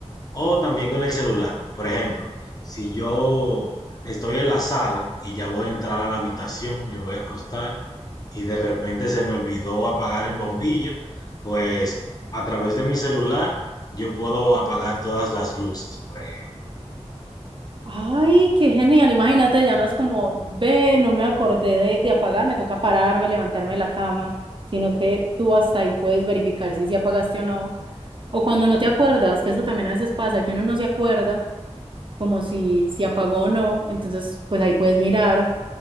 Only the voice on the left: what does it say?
O también con el celular. Por ejemplo, si yo estoy en la sala y ya voy a entrar a la habitación, me voy a acostar y de repente se me olvidó apagar el bombillo, pues a través de mi celular yo puedo apagar todas las luces, por ejemplo.